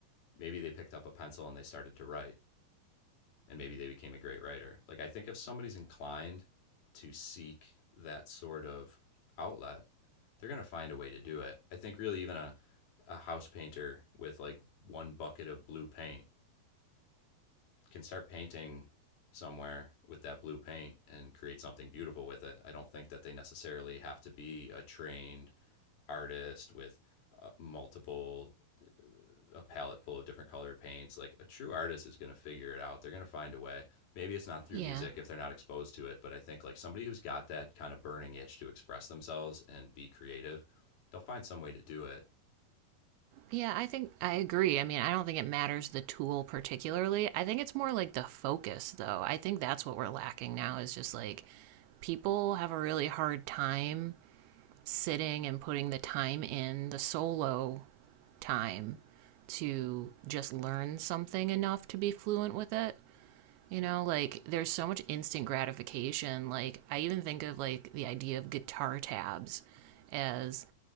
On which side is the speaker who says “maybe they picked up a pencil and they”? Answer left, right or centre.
Left